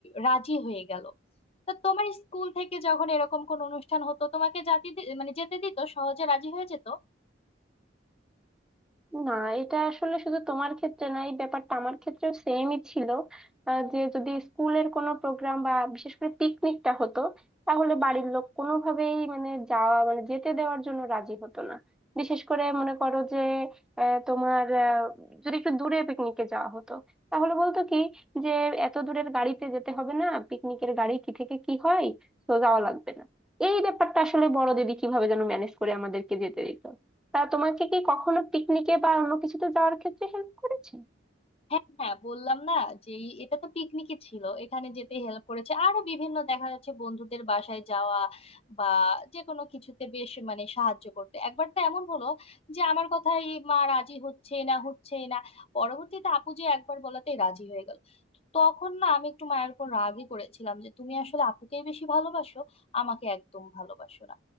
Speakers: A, on the left; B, in the centre.
A: রাজি হয়ে গেল তা তোমার স্কুল থেকে যখন এরকম কোন অনুষ্ঠান হতো তোমাকে জাতি দি- মানে যেতে দিত সহজে রাজি হয়ে যেত
B: না এটা আসলে শুধু তোমার ক্ষেত্রে না এই ব্যাপারটা আমার ক্ষেত্রেও সেমই ছিল আহ, যে যদি স্কুলের কোনো প্রোগ্রাম বা বিশেষ করে পিকনিকটা হতো তাহলে বাড়ির লোক কোনোভাবেই মানে যাওয়া মানে যেতে দেওয়ার জন্য রাজি হতো না বিশেষ করে মনে করো যে আহ, তোমার আহ, যদি একটু দূরে পিকনিকে যাওয়া হতো তাহলে বলতো কি যে এত দূরের গাড়িতে যেতে হবে না পিকনিকের গাড়ি কি থেকে কি হয় তো যাওয়া লাগবে না এই ব্যাপারটা আসলে বড় দিদি কিভাবে যেন ম্যানেজ করে আমাদেরকে যেতে দিত তা তোমাকে কি কখনো পিকনিকে বা অন্য কিছুতে যাওয়ার ক্ষেত্রে হেল্প করেছে
A: হ্যাঁ হ্যাঁ বললাম না যে এটা তো পিকনিকই ছিল এখানে যেতে হেল্প করেছে আরো বিভিন্ন দেখা যাচ্ছে বন্ধুদের বাসায় যাওয়া বা যে কোনো কিছুতে বেশ মানে সাহায্য করতে একবার তো এমন হলো যে আমার কথাই মা রাজি হচ্ছে না হচ্ছে না পরবর্তীতে আপু যে একবার বলাতেই রাজি হয়ে গেল তখন না আমি একটু মায়ের উপর রাগই করেছিলাম যে তুমি আসলে আপুকেই বেশি ভালোবাসো আমাকে একদম ভালোবাসো না